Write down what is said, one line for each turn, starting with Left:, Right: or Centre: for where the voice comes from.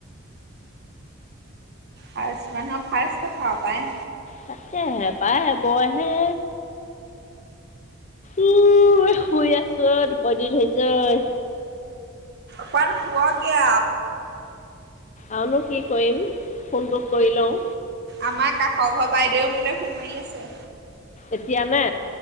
Right: ফাৰ্ষ্ট মানে ফাৰ্ষ্ট খাওঁ পায়।
Left: তাকে হেপাই বই হে উ শুই আছো তুপনি ধৰিছে আৰু,
Right: কাৰান শোৱা গে।
Left: আৰু নো কি কৰিম ফোনট কৰি লওঁ।
Right: আমাৰ কাষৰ ঘৰ বাইদেউও মোলৈ ফোন মাৰি আছে।
Left: এতিয়ানে।